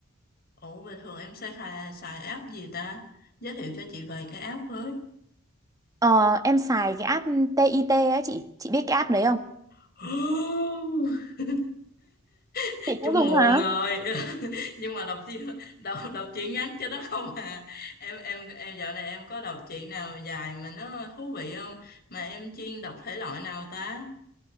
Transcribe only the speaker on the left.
ủa bình thường em xài hà xài app gì ta giới thiệu cho chị vài cái app với
<gasps> <laughs>
chung
nguồn
rồi <laughs> nhưng mà đọc chị đọc đọc chị ngắn cho nó không à em em em dạo này em có đọc chị nào dài mà nó thú vị không mà em chuyên đọc thể loại nào ta